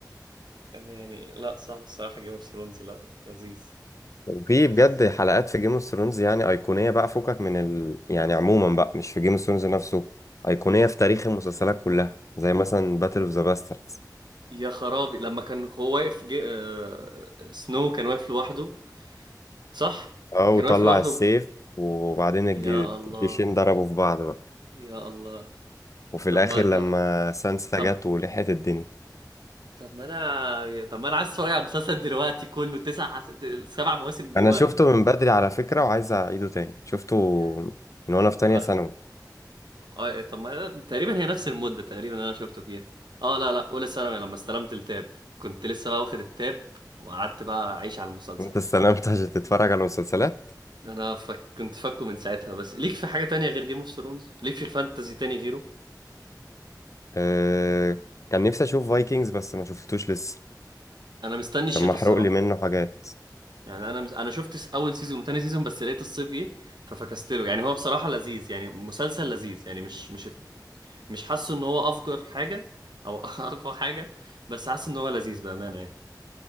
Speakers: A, on the right (about 80°); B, on the left (about 45°).
A: انا يعني لا صعب الصراحه جيم اوف ثرونز لا لذيذ
B: وفي
A: لذيذ
B: بجد حلقات في جيم اوف ثرونز يعني أيقونية بقى فكك من ال... يعني عموما بقى مش في جيم اوف ثرونز نفسه أيقونية
A: مم.
B: في تاريخ المسلسلات كلها زي مثلا باتل اوف ذا باسترز
A: يا خرابي لما كان هو واقف جي... آه... سنو كان واقف لوحده صح
B: اه
A: كان
B: وطلع
A: واقف لوحده
B: السيف وبعدين الج-
A: يا الله
B: الجيشين ضربوا في بعض بقى
A: يا الله
B: وفي
A: طب
B: الاخر
A: ما ط-
B: لما سانسا
A: طب
B: جت ولحقت الدنيا
A: طب ما انا طب ما انا عايز اتفرج على المسلسل دلوقتي كله تسع سبع مواسم دلوقتي
B: انا شفته من بدري على فكرة وعايز اعيده تاني شفته
A: يعني
B: من وانا في تانية
A: يا بختك
B: ثانوي
A: اه إيه، طب ما تقريبا هي نفس المدة تقريبا اللي انا شفته فيها اه لا لا اولى ثانوي لما استلمت التاب كنت لسه بقى واخد التاب وقعدت بقى اعيش على المسلسل
B: انت استلمت عشان تتفرج على مسلسلات
A: انا فك... كنت فاكه من ساعتها بس ليك في حاجة تانية غير جيم اوف ثرونز ليك في الفانتازي تاني غيره
B: أه كان نفسي اشوف فايكنجز بس ما شفتوش لسه
A: انا مستني
B: عشان
A: الشتا
B: محروق
A: الصراحة
B: لي منه حاجات
A: يعني انا مس... انا شفت س- اول سيزون وتاني سيزون بس لقيت الصيف جه ففكستله يعني هو بصراحة لذيذ يعني مسلسل لذيذ يعني مش مش مش حاسه ان هو افجر حاجة او <laughs> اقوى حاجة بس حاسس ان هو لذيذ بأمانة يعني